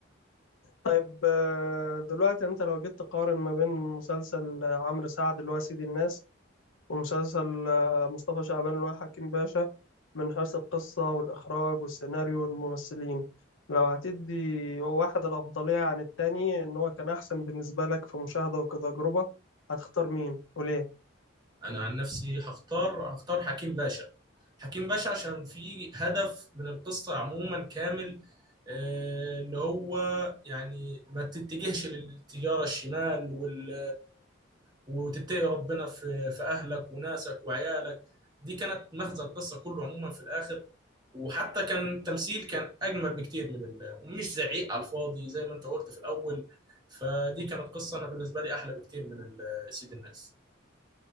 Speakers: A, on the left; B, on the right.
A: طيب آه، دلوقتي انت لو جيت تقارن ما بين مسلسل عمرو سعد اللي هو سيدي الناس ومسلسل آه، مصطفى شعبان اللي هو حكيم باشا من حيث القصة والإخراج والسيناريو والممثلين لو هتدي واحد الأفضلية عن التاني إن هو كان أحسن بالنسبة لك في مشاهدة وكتجربة هتختار مين وليه؟
B: انا عن نفسي هختار هختار حكيم باشا حكيم باشا عشان في هدف من القصة عموما كامل آه، اللي هو يعني ما تتجهش للتجارة الشمال وال وتتقي ربنا في في اهلك وناسك وعيالك دي كانت مغزى القصة كله عموما في الاخر وحتى كان التمثيل كان اجمل بكتير من ال... ومش زعيق على الفاضي زي ما انت قلت في الاول فدي كانت قصة انا بالنسبة لي احلى بكتير من ال- سيد الناس